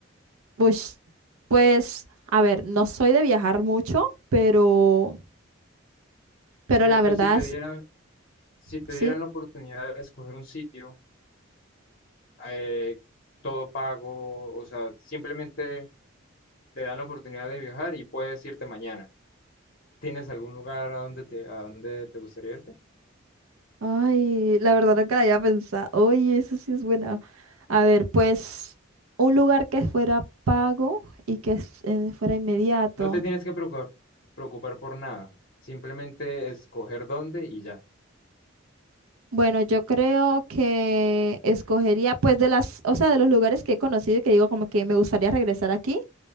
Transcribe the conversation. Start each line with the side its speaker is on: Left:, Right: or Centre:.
Right: Ush, pues,
Left: O-
Right: a ver, no soy de viajar mucho, pero, pero
Left: Pero
Right: la verdad
Left: si te
Right: es,
Left: dieran, si te
Right: sí.
Left: dieran la oportunidad de escoger un sitio, eh, todo pago, o sea, simplemente te dan la oportunidad de viajar y puedes irte mañana. ¿Tienes algún lugar a donde te, a donde te gustaría ir?
Right: Ay, la verdad nunca la había pensado. Oye, eso sí es buena. A ver, pues un lugar que fuera pago y que es- eh, fuera inmediato.
Left: No te tienes que preocupar, preocupar por nada. Simplemente escoger dónde y ya.
Right: Bueno, yo creo que escogería, pues de las, o sea, de los lugares que he conocido y que digo como que me gustaría regresar aquí,